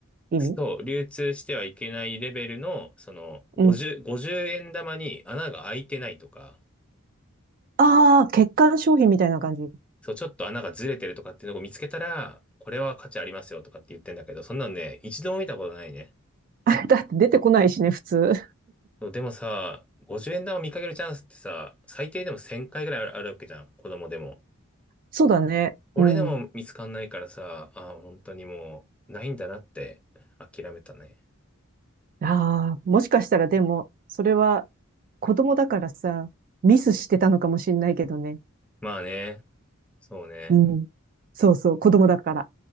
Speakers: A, on the right; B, in the centre.
A: 意味
B: そう、流通してはいけないレベルの、その、
A: うん。
B: 50、50円玉に穴が開いてないとか、
A: ああ、欠陥商品みたいな感じ。
B: そう、ちょっと穴がずれてるとかっていうのを見つけたら、これは価値ありますよとかって言ってんだけど、そんなのね、一度も見たことないね。
A: <laughs> あだって出てこないしね、普通。
B: そう、でもさ、50円玉見かけるチャンスってさ、最低でも1000回ぐらいあるあるわけじゃん、子供でも。
A: そうだね。
B: 俺でも見つかんないからさ、
A: うん。
B: ああ、本当にもう、ないんだなって諦めたね。
A: ああ、もしかしたらでも、それは子供だからさ、ミスしてたのかもしんないけどね。
B: まあね、そうね、
A: うん。そうそう、子供だから。